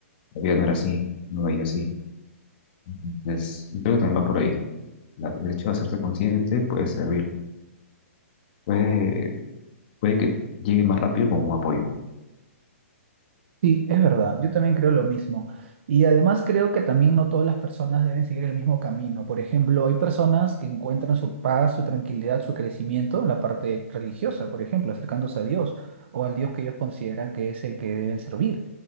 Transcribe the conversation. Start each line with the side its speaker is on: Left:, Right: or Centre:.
Left: La vida no era así, no veía así. Entonces, yo creo que también va por ahí. La- el hecho de hacerse consciente puede servir, puede, puede que llegue más rápido como un apoyo.
Right: Sí, es verdad, yo también creo lo mismo. Y además creo que también no todas las personas deben seguir el mismo camino. Por ejemplo, hay personas que encuentran su paz, su tranquilidad, su crecimiento en la parte religiosa, por ejemplo, acercándose a Dios o al Dios que ellos consideran que es el que deben servir.